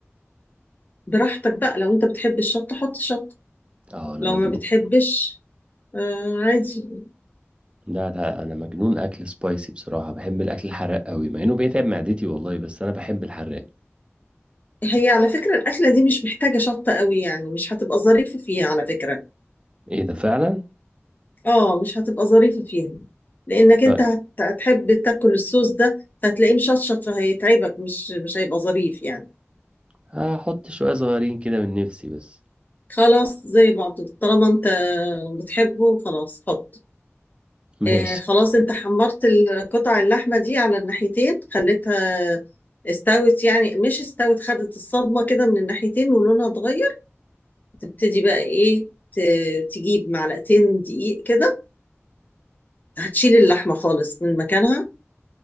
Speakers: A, on the left; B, on the right.
A: براحتك بقى لو انت بتحب الشطة حط شطة
B: اه انا
A: لو
B: مجنون
A: ما بتحبش آه عادي
B: لا لا انا مجنون اكل سبايسي بصراحة بحب الاكل الحراق قوي مع انه بيتعب معدتي والله بس انا بحب الحراق
A: هي على فكرة الأكلة دي مش محتاجة شطة قوي يعني مش هتبقى ظريفة فيها على فكرة
B: ايه ده فعلا
A: اه مش هتبقى ظريفة فيها لأنك
B: طيب.
A: انت هت- هتحب تاكل الصوص ده فهتلاقيه مشطشط فهيتعبك مش مش هيبقى ظريف يعني
B: هحط شوية صغيرين كده من نفسي بس
A: خلاص زي بعض طالما انت بتحبه خلاص حط
B: ماشي
A: آه، خلاص انت حمرت القطع اللحمة دي على الناحيتين خليتها استوت يعني مش استوت خدت الصدمة كده من الناحيتين ولونها اتغير تبتدي بقى ايه ت- تجيب معلقتين دقيق كده هتشيل اللحمة خالص من مكانها